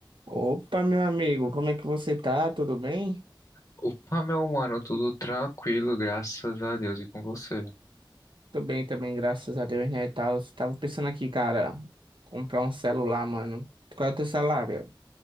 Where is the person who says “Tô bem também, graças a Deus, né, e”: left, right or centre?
Right